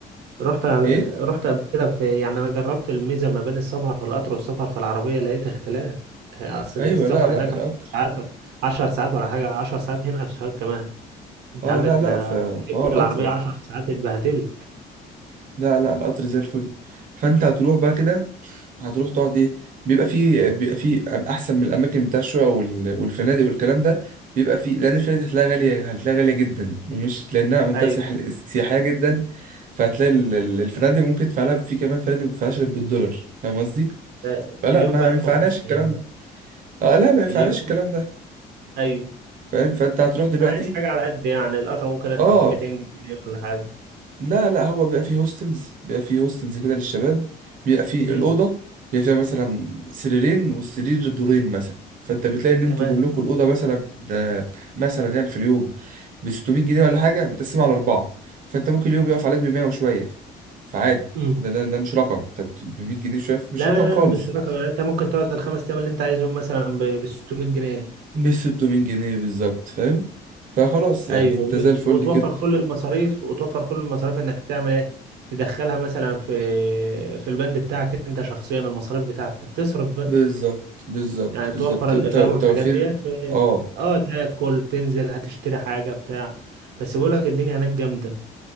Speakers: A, on the right; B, on the right.
A: رحت على
B: ايه
A: رحت قبل كده في يعني انا جربت الميزه ما بين السفر في القطر والسفر في العربيه لقيت اختلاف اصل
B: ايوه
A: السفر
B: لا لا
A: هناك
B: القطر
A: 10 ساعات 10 ساعات ولا حاجه 10 ساعات هنا في سوهاج كمان انت
B: اه
A: عندك
B: لا لا
A: لا-
B: ف-
A: ركبت
B: فهو القطر
A: العربيه 10 ساعات اتبهدلت
B: لا لا القطر زي الفل فانت هتروح بقى كده هتروح تقعد ايه بيبقى فيه بيبقى فيه احسن من الاماكن بتاع الشقق وال- والفنادق والكلام ده بيبقى فيه لان الفنادق هتلاقيها غاليه هتلاقيها غاليه جدا ومش لانها منطقه
A: ايوه
B: سياح- سياحيه جدا فهتلاقي ال- ال- الفنادق ممكن تدفع لها في كمان فنادق ما بتدفعهاش غير بالدولار فاهم قصدي
A: آه،
B: فلا
A: اليوم
B: ما
A: ب 1000
B: ينفعناش
A: ونص
B: الكلام
A: هنا
B: ده اه لا ما ينفعناش
A: اليوم
B: الكلام ده
A: ايوه
B: فاهم فانت هتروح دلوقتي
A: انا عايز حاجه على قد يعني القطر ممكن ادفع
B: اه
A: فيه 200 جنيه ولا حاجه
B: لا لا هو بيبقى فيه هوستلز بيبقى فيه هوستلز كده للشباب بيبقى فيه
A: امم
B: الأوضة بيبقى فيها مثلا سريرين والسرير دورين مثلا فانت بتلاقي ان انتوا
A: تمام
B: كلكم الأوضة مثلا ده مثلا يعني في اليوم ب 600 جنيه ولا حاجة متقسمة على أربعة فانت ممكن اليوم يقف عليك ب 100 وشوية فعادي
A: امم
B: ده ده, ده مش رقم انت ب 100 جنيه شوية مش
A: لا
B: رقم
A: لا لا
B: خالص
A: مش رقم يعني انت ممكن تقعد الخمس ايام اللي انت عايزهم مثلا ب 600 جنيه
B: مش 600 جنيه بالظبط فاهم فخلاص يعني
A: ايوه
B: انت
A: وت-
B: زي الفل
A: وتوفر
B: كده
A: كل المصاريف وتوفر كل المصاريف انك تعمل ايه تدخلها مثلا في في البند بتاعك انت شخصيا المصاريف بتاعتك تصرف بقى
B: بالظبط بالظبط
A: يعني توفر
B: بالظبط
A: الايجار
B: انت توفير
A: والحاجات ديت في
B: اه
A: اه تاكل تنزل هتشتري حاجه بتاع بس بقول لك الدنيا هناك جامده